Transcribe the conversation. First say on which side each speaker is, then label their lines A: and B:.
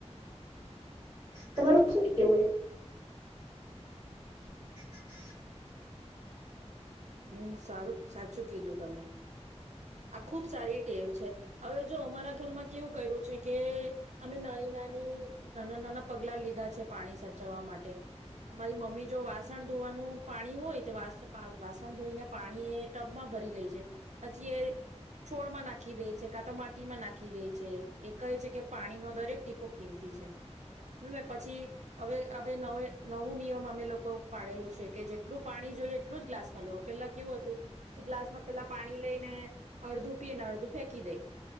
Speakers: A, on the right; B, on the right.
A: તમારું સું કેવું? હમ હ હમ
B: હમ સારું સાચું કીધું તમે આ ખુબ સારી ટેવ છે હવે જો અમારા ઘરમાં કેવું કર્યું છે કે અમે નાની નાની નાના નાના પગલા લીધા છે પાણી સાચવવા માટે મારી મમ્મી જો વાસણ ધોવાનું પાણી હોય તો વાસણ ધોઈને પાણી એ ટબમાં ભરી લે છે પછી એ છોડમાં નાખી દે છે કાં તો માટીમાં નાખી દે છે એ કહે છે કે પાણીનો દરેક ટીપો કિંમતી છેને પછી હવે હવે નવે નવું નિયમ અમે લોકો પાડેલું છે કે જેટલું પાણી જોઈએ એટલું જ ગ્લાસમાં લેવ પેલા કેવું હતું કે ગ્લાસમાં પેલા પાણી લઈને અડધું પીને અડધું ફેંકી દઈ